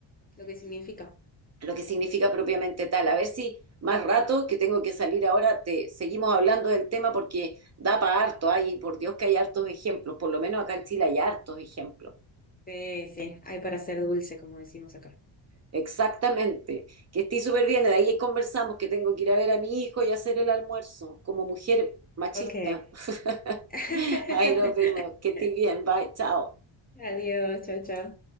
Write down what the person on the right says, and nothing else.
lo que significa propiamente tal. A ver si más rato, que tengo que salir ahora, te seguimos hablando del tema porque da para harto. Ay, por Dios que hay hartos ejemplos, por lo menos acá en Chile hay hartos ejemplos.
Exactamente, que estoy súper bien, de ahí conversamos que tengo que ir a ver a mi hijo y hacer el almuerzo como mujer machista.
<laughs>
Ahí nos vimos, que estés bien, bye, chao.